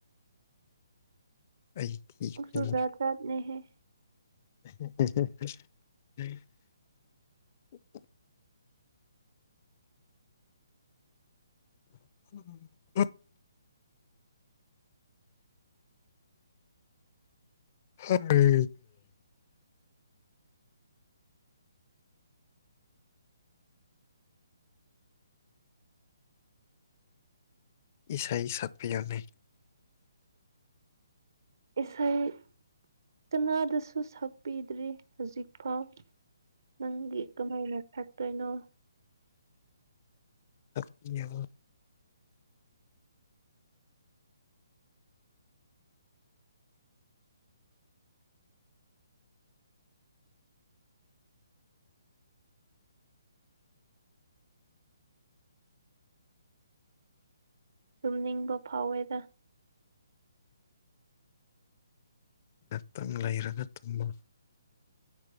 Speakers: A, on the left; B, on the right.
A: ꯑꯩ ꯊꯤ
B: ꯎꯁꯨꯖꯥ
A: ꯐꯥꯏꯅꯤꯡꯉꯤ
B: ꯁꯥꯅꯦ ꯍꯥꯏ
A: <unintelligible> <unintelligible> ꯍꯥꯏ ꯏꯁꯩ ꯁꯛꯄꯤꯌꯅꯤ
B: ꯏꯁꯩ ꯀꯅꯥꯗꯁꯨ ꯁꯛꯄꯤꯗ꯭ꯔꯤ ꯍꯧꯖꯤꯛꯐꯥꯎ ꯅꯪꯒꯤ ꯀꯃꯥꯏꯅ ꯊꯥꯛꯇꯣꯏꯅꯣ
A: <inaudible>
B: ꯇꯨꯝꯅꯤꯡꯕ ꯐꯥꯎꯋꯦꯗ
A: ꯔꯛꯇꯪ ꯂꯩꯔꯒ ꯇꯨꯝꯃꯣ